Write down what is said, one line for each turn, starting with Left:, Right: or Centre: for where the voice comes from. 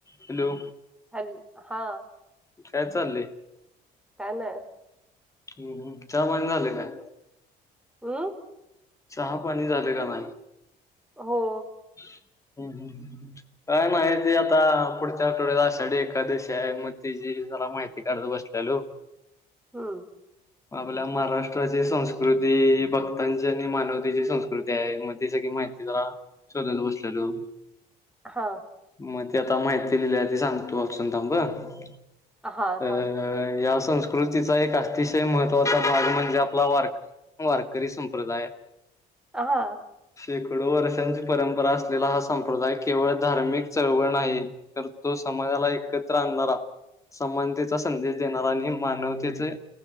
Left: Hello
Centre: hello हा
Left: काय चालेय?
Centre: ना.
Left: ह् चहा पाणी झाले काय?
Centre: हम्म.
Left: चहा पाणी झाले का नाही?
Centre: हो.
Left: हम्म हम् काय नाही ते आता पुढच्या आठवड्यात आषाडी एकादशी आहे म ते जरा माहिती काढत बसलेलो.
Centre: हम.
Left: आपल्या महाराष्ट्राची संस्कृती भक्तांची मानवतेची संस्कृती आहे मग ते सग माहितीचा शोधल बसलेलो.
Centre: हा.
Left: मग ते आता माहिती लिहिली ती सांगतो वाचून थांब अ
Centre: हां. सांग.
Left: या संस्कृतीचा एक अतिशय महत्त्वाचा भाग म्हणजे आपला वार वारकरी सं प्रदाय.
Centre: अ हा.
Left: शेकडो वर्षांची परंपरा असलेला हा संप्रदाय केवळ धार्मिक चळवळ नाही तर तो समाजाला एकत्र आणणारा समानतेचा संदेश देणारा आणि मानवतेचे